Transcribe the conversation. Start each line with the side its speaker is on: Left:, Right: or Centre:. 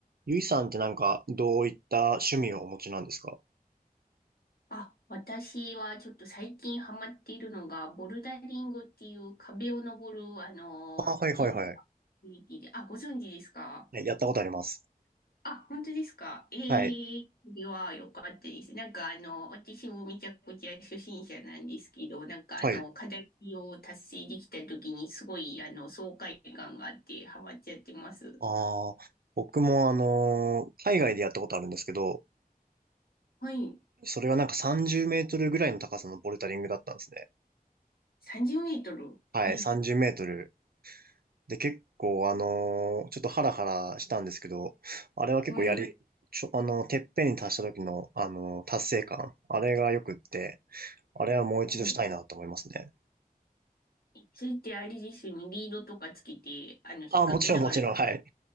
Right: ゆいさんってなんか、どういった趣味をお持ちなんですか
Left: あ、私はちょっと最近ハマっているのが、ボルダリングっていう壁を登る、あの、
Right: あ、はいはいはい。
Left: インドアクティビティで、あ、ご存知ですか
Right: ねやったことあります。
Left: あ、本当ですかええそれは良かったです。
Right: はい。
Left: なんかあの、私もめちゃくちゃ初心者なんですけど、なんかあの、
Right: はい。
Left: 課題を達成できた時にすごい、あの、爽快感があってハマっちゃってます。
Right: ああ、僕もあのー海外でやったことあるんですけど、
Left: はい。
Right: それはなんか30メートルぐらいの高さのボルダリングだったんですね。
Left: 30メートル。
Right: はい、
Left: え、
Right: 30メートル。で、結構あのーちょっとハラハラしたんですけど、あれは結構やり、
Left: はい。
Right: ちょ、あのーてっぺんに達した時の、あのー達成感。あれがよくって、あれはもう一度したいなと思いますね。
Left: はいそれってあれですよね、リードとかつけて、あの、引っ掛けながら、
Right: あ、もちろんもちろん、はい。